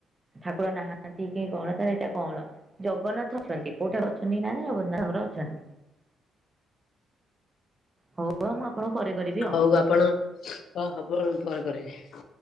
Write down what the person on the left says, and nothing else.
ହଉ
ଆପଣ ଓ ଆପଣ ପରେ କରିବେ।